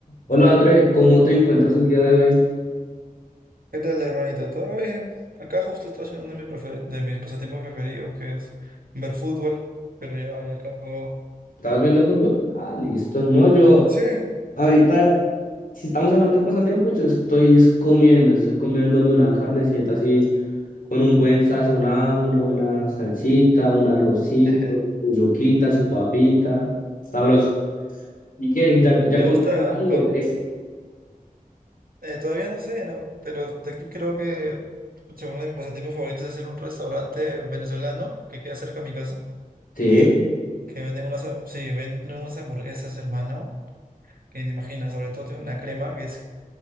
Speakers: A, on the left; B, on the right.
A: Hola André, ¿cómo te encuentras el día de hoy?
B: ¿Qué tal, hermanito? ¿Todo bien? Acá justo estoy haciendo uno de mis, prefer- de mis pasatiempos preferidos, que es ver fútbol, pero ya, ya acabó.
A: ¿Estabas viendo fútbol? Ah, listo. No, yo
B: Sí.
A: ahorita, si estamos hablando de pasatiempos, yo estoy es comiendo, estoy comiéndome una carnecita así, con un buen sazonado, una buena salsita, un arrocito,
B: <laughs>
A: su yuquita, su papita. Sabroso. ¿Y qué? ¿Ya, ya
B: ¿Te
A: comiste
B: gusta?
A: algo
B: Con...
A: o qué?
B: eh, todavía no sé, ¿no? Pero de aquí creo que pucha, uno de mis pasatiempos favoritos es ir a un restaurante venezolano que queda cerca de mi casa,
A: Sí.
B: que venden unas, sí, venden unas hamburguesas, hermano, que ni te imaginas, sobre todo tiene una crema que es